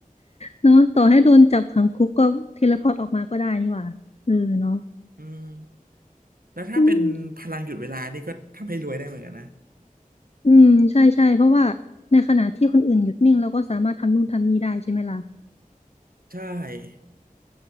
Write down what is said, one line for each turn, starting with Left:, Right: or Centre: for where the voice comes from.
Left: เนาะต่อให้โดนจับขังคุกก็เทเลพอร์ตออกมาก็ได้นี่หว่าเออเนาะ
Right: อืมแล้วถ้าเป็นพลังหยุดเวลานี่ก็ทำให้รวยได้เหมือนกันนะ
Left: อืมอืมใช่ใช่เพราะว่าในขณะที่คนอื่นหยุดนิ่งเราก็สามารถทำนู่นทำนี่ได้ใช่ไหมล่ะ
Right: ใช่